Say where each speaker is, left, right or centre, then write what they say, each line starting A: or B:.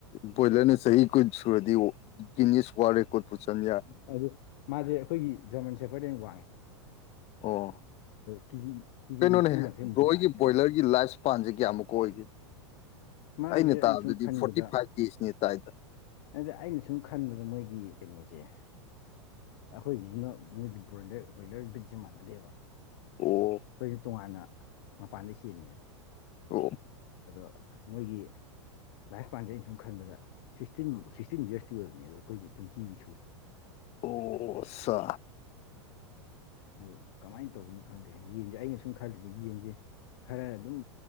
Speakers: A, on the left; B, on the left.
A: ꯕꯣꯏꯂꯔꯅ ꯆꯍꯤ ꯀꯨꯟ ꯁꯨꯔꯗꯤ ꯖꯤꯅꯤꯌꯁ ꯋꯥꯜ ꯔꯦꯀꯩꯠꯄꯨ ꯆꯜ ꯌꯥꯏ
B: ꯑꯗꯨ ꯃꯥꯗꯤ ꯑꯩꯈꯣꯏꯒꯤ ꯖꯔꯃꯟ ꯁꯦꯐꯔꯗꯩ ꯍꯦꯅ ꯋꯥꯡꯉꯤ
A: ꯑꯣ
B: ꯀꯦꯖꯤ ꯀꯦꯖꯤ
A: ꯀꯩꯅꯣꯅꯦ
B: ꯅꯤꯐꯨ ꯌꯥꯡꯈꯩꯃꯨꯛꯇꯤ
A: ꯕꯣꯏꯒꯤ
B: ꯇꯥꯔꯦ
A: ꯕꯣꯏꯂꯔꯒꯤ ꯂꯥꯏꯁ ꯃꯄꯥꯟꯁꯦ ꯀꯌꯥꯃꯨꯛꯀ ꯑꯣꯏꯒꯦ
B: ꯃꯥꯁꯦ
A: ꯑꯩꯅ ꯇꯥꯕꯗꯨꯗꯤ
B: ꯁꯨꯝ ꯈꯟꯕꯗ
A: ꯐꯣꯔꯇꯤ ꯐꯥꯏꯚ ꯗꯦꯖꯅꯦ ꯇꯥꯏꯗ
B: ꯑꯗ ꯑꯩꯅ ꯁꯨꯝ ꯈꯟꯕꯗ ꯃꯣꯏꯒꯤ ꯀꯩꯅꯣꯁꯦ ꯑꯩꯈꯣꯏꯒꯤꯁꯤꯅ ꯃꯣꯏꯒꯤ ꯕ ꯕ꯭ꯔꯣꯏꯂꯔ ꯕ꯭ꯔꯤꯠꯁꯦ ꯃꯥꯟꯅꯗꯦꯕ
A: ꯑꯣ
B: ꯑꯩꯈꯣꯏꯁꯨ ꯇꯣꯉꯥꯟꯅ ꯃꯄꯥꯟꯗ ꯆꯦꯟꯕꯅꯦꯕ
A: ꯑꯣ
B: ꯑꯗꯣ ꯃꯣꯏꯒꯤ ꯂꯥꯏꯁ ꯄꯥꯟꯖ ꯑꯩꯅ ꯁꯨꯝ ꯈꯟꯕꯗ ꯁꯤꯛꯇꯤꯟ ꯁꯤꯛꯁꯇꯤꯟ ꯌꯔꯁꯇ ꯑꯣꯏꯕꯅꯦ ꯑꯗ ꯑꯩꯈꯣꯏꯗꯤ ꯇ꯭ꯋꯦꯟꯇꯤꯗꯤ ꯁꯨꯔꯦ
A: ꯑꯣꯁꯥ
B: ꯑꯗꯨ ꯀꯃꯥꯏꯅ ꯇꯧꯕꯅꯣ ꯈꯪꯗꯦ ꯌꯦꯟꯁꯦ ꯑꯩꯅ ꯁꯨꯝ ꯈꯜꯂꯤꯁꯦ ꯌꯦꯟꯁꯦ ꯈꯔ ꯑꯗꯨꯝ